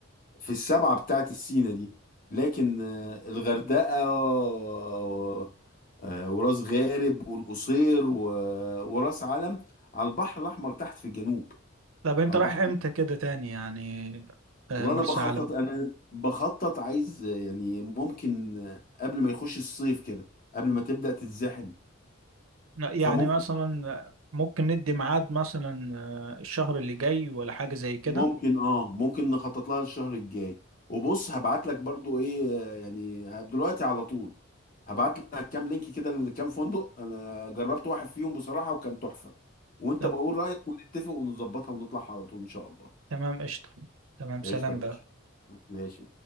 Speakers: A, on the left (about 40°); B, on the right (about 80°).
A: في السبعة بتاعت السيناء دي لكن آه، الغردقة و- آه، وراس غارب والقصير و- وراس علم على البحر الأحمر تحت في الجنوب
B: طب انت
A: على البحر
B: رايح امتى كده تاني يعني آه،
A: والله
B: مرسى
A: أنا بخطط
B: علم
A: أنا بخطط عايز آه، يعني ممكن آه، قبل ما يخش الصيف كده قبل ما تبدأ تتزحم
B: يعني
A: فممكن
B: مثلا ممكن ندي ميعاد مثلا آه، الشهر اللي جاي ولا حاجة زي كده
A: ممكن اه ممكن نخطط لها الشهر الجاي وبص هبعت لك برضو ايه آه، يعني دلوقتي على طول هبعت لك كام لينك كده لكام فندق انا جربت واحد فيهم بصراحة وكان تحفة وانت
B: طب
A: بقول رأيك ونتفق ونظبطها ونطلع على طول ان شاء الله
B: تمام قشطة تمام سلام
A: قشطة يا باشا
B: بقى
A: ماشي